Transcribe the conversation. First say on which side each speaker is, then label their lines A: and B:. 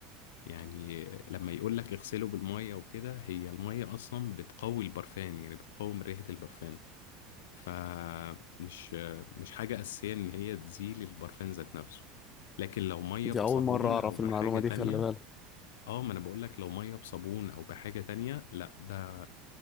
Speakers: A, on the left; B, on the left.
A: يعني لما يقول لك اغسله بالميه وكده هي الميه اصلا بتقوي البرفان يعني بتقوم ريحه البرفان فمش مش حاجه اساسيه ان هي تزيل البرفان ذات نفسه لكن لو ميه
B: دي
A: بصابون
B: اول مرة اعرف
A: او بحاجه
B: المعلومة دي
A: تانية
B: خلي بالك
A: اه ما انا بقول لك لو ميه بصابون او بحاجه تانية لا ده